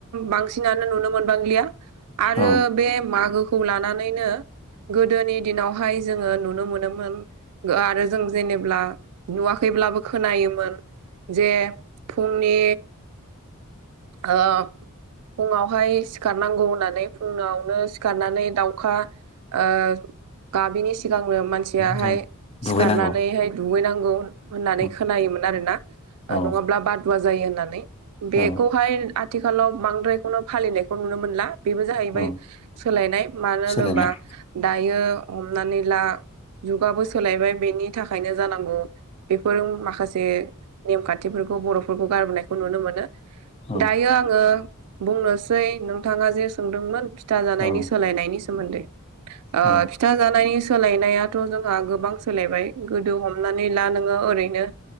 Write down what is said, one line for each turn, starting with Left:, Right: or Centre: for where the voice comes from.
Right: बांसिनानो नुनो मोनबांलिया आरो
Left: औ
Right: बे मागोखौ खौ लानानैनो गोदोनि दिनावहाय जोङो नुनो मोनोमोन आरो जों जेनेब्ला नुवाखैब्लाबो खोनायोमोन जे फुंनि ओ फुङावहाय सिखारनांगौ होननानै फुङावनो सिखा रनानै दाउखा ओ गाबिनि सिगांनो मानसियाहाय
Left: जों दुगैनांगौ
Right: सिखारनानैहाय दुगैनांगौ। होननानै
Left: औ
Right: खोनायोमोन आरोना ओ
Left: औ
Right: नङाब्ला बादुवा जायो होननानै बेखौ
Left: औ
Right: हाय आथिखालाव बांद्रायखौनो फालिनायखौ नुनो मोनला। बेबो जाहैबाय
Left: औ
Right: सोलायनाय मानो होनोबा
Left: सोलायनाय
Right: दायो हमनानै ला जुगाबो सोलायबाय बेनि थाखायनो जानांगौ बेफोर माखासे नेमखान्थिफोरखौ बर'फोरखौ गारबोनायखौ नुनो मोनो।
Left: औ
Right: दायो आङो बुंनोसै नोंथाङा जे सोंदोंमोन फिथाजानायनि
Left: औ
Right: सोलायनायनि सोमोन्दै ओ
Left: औ
Right: फिथा फिथा जानायनि सोलायनायाथ' जोंहा गोबां सोलायबाय गोदो हमनानै ला नोङो ओरैनो